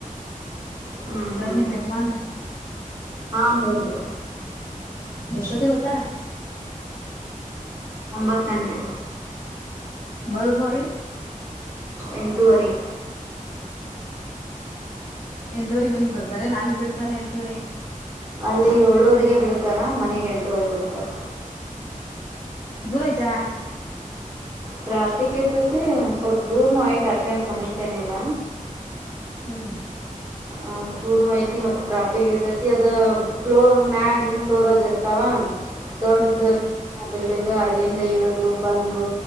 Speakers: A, on the right; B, on the left.
A: ಹ್ಮ್ ಹ್ಮ್
B: ನಿಮ್ ಯಜಮಾನ್ರ
A: ಹಾ ಹೌದು
B: ಎಷ್ಟಪತಿ ಗೊತ್ತಾರ
A: ಒಂಬತ್ ಗಂಟೆ
B: ಬರುದು್ ಹೊಳ್ಳಿ
A: ಎಂಟುವರಿ
B: ಎಂಟುವರೆ ಮನಗ್ ಬರ್ತಾರೆ ನಲ್ಲಿ ಬಿಡ್ತಾರೆ ಎಂಟವರೆ
A: ಅಲ್ಲಿ ಏಳೂುವರಿಗೆ ಬಿಡ್ತಾರಾ ಮನೆಗೆ ಎಂಟೂುವರಿಗೆ ಬಿಡ್ತಾರೆ
B: ದೂರ ಆಯ್ತಾ
A: ಟ್ರಾಫಿಕ್ ಇರ್ತತಿ ಸ್ವಲ್ಪ ದೂರ್ನ ಆಯ್ತು ಅಟ್ಟೆನ್ ಸಮೀಪ ಏನಿಲ್ಲ
B: ಹ್ಮ್
A: ಆ ತೂರ್ನ ಐತಿ ಮತ್ತೆ ಟ್ರಾಫಿಿಗೆ ಇರ್ತೈತಿ ಅದು ಫ್ಲೋರ್ ಮ್ಯಾಗಿನ್ ಫ್ಲೋರ್ ಅದು ಇರ್ತಾವ ದೊಡ್ಡದು
B: ಹ್ಮ್ ಹ್ಮ್
A: ಫಲ್ಡಿಂಗ್ ಅಲ್ಲಿಂದ ಇಳುದು ಬಂದು